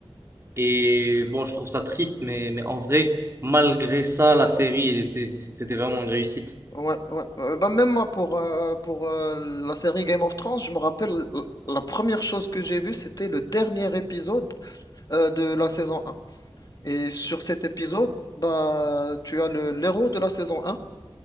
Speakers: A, on the right; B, on the left.
A: Et bon, je trouve ça triste, mais, mais en vrai, malgré ça, la série, elle était, c'était vraiment une réussite.
B: ouais, ouais. Euh, bah, même moi, pour, euh, pour euh, la série Game of Thrones, je me rappelle, euh, la première chose que j'ai vue, c'était le dernier épisode euh, de la saison un. Et sur cet épisode, bah, tu as le l'héros de la saison un,